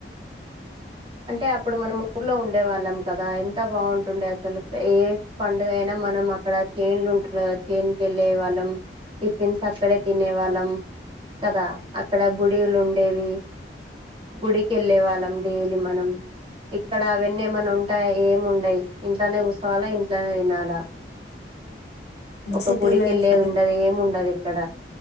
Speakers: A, on the right; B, on the left.
A: అంటే అప్పుడు మనం ఊర్లో ఉండే వాళ్ళం కదా ఎంత బాగుంటుండే అసలు ఏ పండుగైన మనం అక్కడ చైన్లు ఉంటుడే కదా చైన్ కెళ్ళే వాళ్ళం టిఫిన్స్ అక్కడే తినే వాళ్ళం కదా అక్కడ గుడిలు ఉండేవి గుడికెళ్లే వాళ్ళం డైలీ అం ఇక్కడ అవన్నీ ఏమన్నా ఉంటాయా ఏమి ఉండయి ఇంట్లోనే గుసోవాలా ఇంట్లోనే తినాలా ఒక
B: సిటీ
A: గుడికెళ్ళేది
B: లైఫ్ అది
A: ఉండది ఏం ఉండది క్కడ